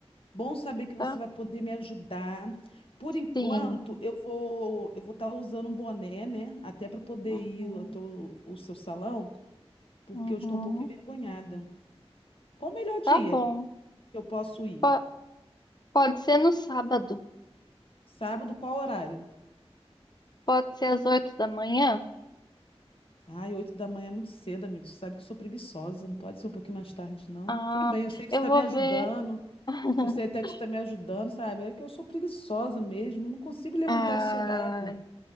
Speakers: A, on the left; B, on the left.
A: Bom saber que você
B: tá?
A: vai poder me ajudar. Por enquanto,
B: Sim.
A: eu vou eu vou estar usando um boné, né? Até para poder
B: Uhum,
A: ir até o, o seu salão. porque
B: uhum.
A: eu estou um pouco envergonhada. Qual o melhor dia
B: Tá bom.
A: que eu posso ir?
B: Po- Pode ser no sábado.
A: Sábado, qual horário?
B: Pode ser às oito da manhã.
A: Ai, oito da manhã é muito cedo, amigo. Você sabe que eu sou preguiçosa, não pode ser um pouquinho mais tarde, não.
B: Ah,
A: Tudo bem, eu sei que
B: eu
A: você está
B: vou
A: me ajudando.
B: ver. <laughs>
A: Eu sei até que você está me ajudando, sabe? É que eu sou preguiçosa mesmo, eu não consigo levantar
B: Ah,
A: esse horário.